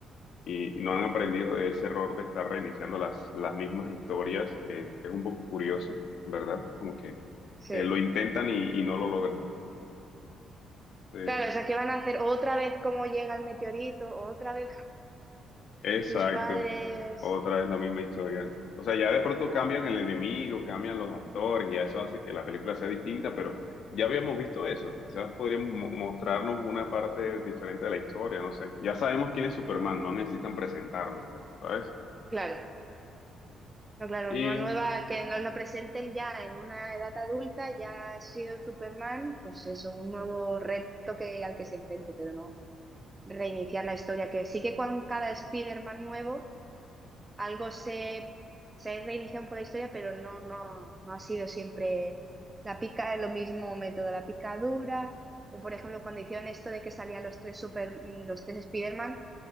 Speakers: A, on the left; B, on the right.
A: y, y no han aprendido de ese error de estar reiniciando las, las mismas historias, eh, es un poco curioso, ¿verdad? Como que
B: Sí.
A: eh, lo intentan y, y no lo logran. <laughs>
B: Claro, o sea, ¿qué van a hacer? Otra vez cómo llega el meteorito, otra vez
A: Exacto,
B: sus padres.
A: otra vez la misma historia. O sea, ya de pronto
B: Claro,
A: cambian el enemigo, cambian los actores, y ya eso hace que la película sea distinta, pero ya habíamos visto eso. Quizás podríamos mo- mostrarnos una parte diferente de la historia, no sé. Ya sabemos quién es Superman, no necesitan presentárnoslo, ¿sabes?
B: claro. No, claro,
A: Y
B: una nueva que nos lo presenten ya en una edad adulta, ya ha sido Superman, pues eso, un nuevo reto que, al que se enfrente, pero no reiniciar la historia, que sí que con cada Spider-Man nuevo algo se, se reinicia por la historia, pero no, no, no ha sido siempre la pica, lo mismo método, la picadura, o por ejemplo cuando hicieron esto de que salían los tres super, los tres Spider-Man,